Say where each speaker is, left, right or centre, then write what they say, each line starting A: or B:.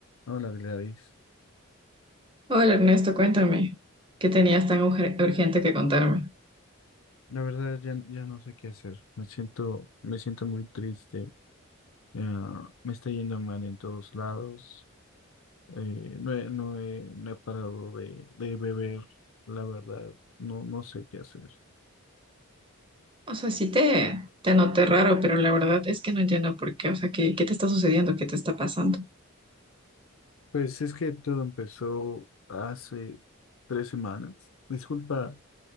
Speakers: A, on the left; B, on the right.
A: Hola Gladys,
B: Hola Ernesto, cuéntame, ¿qué tenías tan ujer- urgente que contarme?
A: la verdad ya, ya no sé qué hacer, me siento, me siento muy triste, Ah, me está yendo mal en todos lados, Eh, no he, no he, no he parado de, de beber, la verdad, no, no sé qué hacer.
B: O sea, sí te, te noté raro, pero la verdad es que no entiendo por qué. O sea, ¿qué, qué te está sucediendo? ¿Qué te está pasando?
A: Pues es que todo empezó hace tres semanas, disculpa,